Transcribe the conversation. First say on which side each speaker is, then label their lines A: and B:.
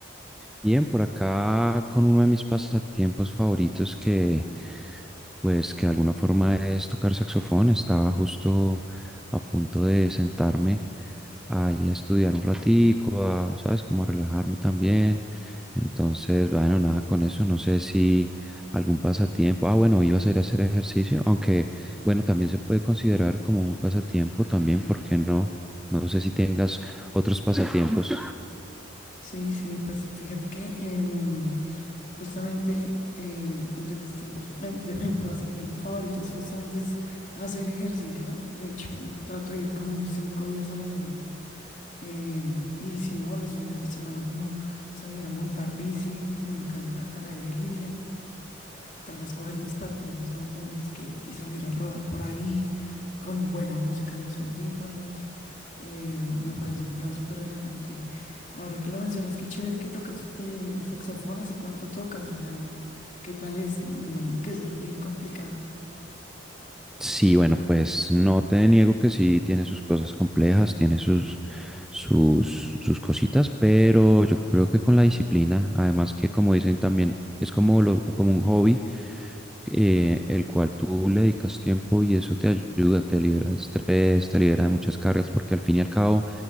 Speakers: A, in the centre; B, on the left.
A: Bien, por acá con uno de mis pasatiempos favoritos que pues que de alguna forma es tocar saxofón. Estaba justo a punto de sentarme ahí a estudiar un ratico, a, ¿sabes? Como a relajarme también. Entonces, bueno, nada con eso. No sé si algún pasatiempo. Ah, bueno, iba a ser hacer ejercicio, aunque bueno, también se puede considerar como un pasatiempo también, ¿por qué no? No sé si tengas otros pasatiempos.
B: Sí, sí, pues fíjate que em, justamente eh, entre mis tiempos, entre <laughs> mis pasatiempos favoritos, justamente es hacer ejercicio. De hecho, trato de ir como cinco días a la semana. Em, y si no, los fines de semana, como salir a montar bici, me encanta al aire libre. Tal vez coger mis patines o, o mi skate y salir a rodar por ahí con buena música en los audífonos. eh, me parece un plan súper relajante. Ahora que lo mencionas, qué chévere que tocas eh, saxofón. ¿Hace cuánto tocas? O sea, ¿qué tal es? Me imagino que debe ser bien complicado.
A: Sí, bueno, pues no te niego que sí tiene sus cosas complejas, tiene sus, sus, sus cositas, pero yo creo que con la disciplina, además que como dicen también, es como, lo, como un hobby eh, el cual tú le dedicas tiempo y y eso te te te ayuda, libera libera de de estrés, te libera de muchas cargas porque al al fin y al cabo